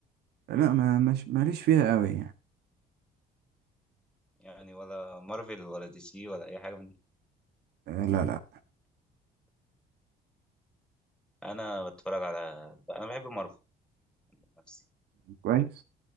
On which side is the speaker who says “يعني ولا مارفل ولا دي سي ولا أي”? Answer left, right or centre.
Centre